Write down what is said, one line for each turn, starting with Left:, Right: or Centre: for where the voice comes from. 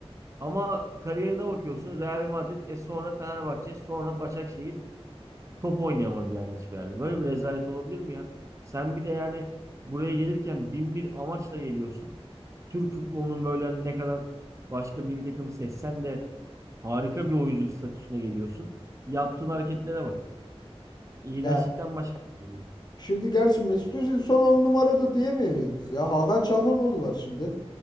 Right: Ama kariyerine bakıyorsun Real Madrid, e sonra Fenerbahçe, sonra Başakşehir. Top oynayamadı yani hiçbir yerde. Böyle bir rezalet olabilir mi ya? Sen bir de yani buraya gelirken bin bir amaçla geliyorsun. Türk futbolunun böyle hani ne kadar başka milli takım seçsen de harika bir oyuncu statüsüne geliyorsun. Yaptığın hareketlere bak. İğrençlikten
Left: Ya
Right: başka bir şey değil.
Left: şimdi gerçi Mesut Özil son 10 numarada diyemeyiz. Ya Hakan Çalhanoğlu var şimdi.